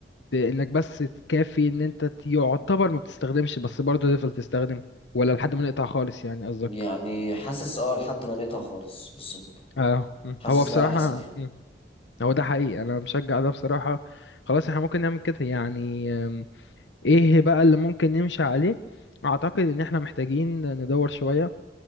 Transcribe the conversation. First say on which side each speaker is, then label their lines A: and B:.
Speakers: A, on the left; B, on the left.
A: انك بس تكافي ان انت ت- يعتبر ما بتستخدمش بس برضه تفضل تستخدم ولا لحد ما نقطع خالص يعني قصدك
B: يعني حاسس اه لحد ما نقطع خالص بالظبط
A: اه مم.
B: حاسس
A: هو بصراحة
B: ده احسن يعني
A: مم. هو ده حقيقي انا مشجع ده بصراحة خلاص احنا ممكن نعمل كده يعني أم، ايه بقى اللي ممكن نمشي عليه اعتقد ان احنا محتاجين ندور شوية